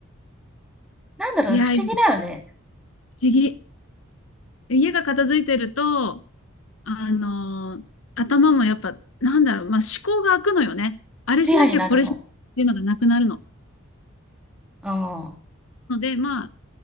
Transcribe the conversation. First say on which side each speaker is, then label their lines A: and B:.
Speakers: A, in the centre; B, on the left.
A: なんだろうね不思議だよね。
B: いや、不思議。家が片付いてると、あのー頭もやっぱ、なんだろう、まあ、思考が開くのよね。あれしなきゃこれしなきゃっていうのがなくなるの。
A: クリアになるの。ああ、
B: ので、まあ、